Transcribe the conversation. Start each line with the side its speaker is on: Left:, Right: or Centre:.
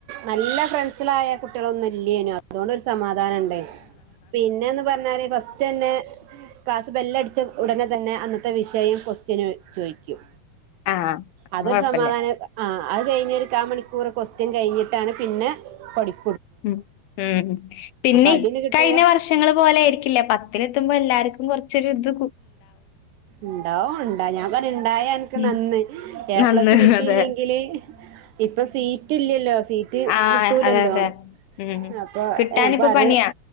Right: നല്ല ഫ്രണ്ട്സിലായ കുട്ടികളൊന്നുമില്ല്യ അതിനാത്ത്അതുകൊണ്ട് ഒരു സമാധാനം പിന്നെന്ന് പറഞ്ഞാല് ഫസ്റ്റ് തന്നെ ബെല്ലടിച്ച ഉടനെ തന്നെ അന്നത്തെ വിഷയം ക്വസ്റ്റ്യനായി ചോദിക്കും
Left: ആഹ് അപ്പൊ
Right: അതൊരു
Left: കൊഴപ്പല്ല
Right: സമാധാനം ആ അത് കഴിഞ്ഞഞ് ഒരു കാൽ മണിക്കൂറൊക്കെ കൊസ്റ്റ്യൻ കഴിഞ്ഞിട്ടാണ് പിന്നെ പടിപ്പിക്ക
Left: ഉ ഉം പിന്നെ
Right: അപ്പൊ അടിയൊക്കെ കിട്ടുമ്പോ
Left: കഴിഞ്ഞ വർഷങ്ങൾ പോലെ ആയിരിക്കില്ല പത്തില് ആകുമ്പോ എല്ലാർക്കും കുറച്ചൊരിത്
Right: ഉണ്ടാവും ഉണ്ടാ യഞാൻ പറ ഉണ്ടായ എനിക്ക്
Left: ഉം.
Right: നന്ന് എ
Left: നന്ന്
Right: പ്ലസ്സ് കിട്ടിയില്ലെങ്കില്
Left: അതെ
Right: ഇപ്പൊ സീറ്റ് ഇല്ലല്ലോ സീറ്റ്
Left: ആഹ്
Right: കിട്ടൂലല്ലോ
Left: അതെ അതെ ഉം
Right: അപ്പൊ
Left: കിട്ടാനിപ്പോ
Right: പ്പ
Left: പണിയാ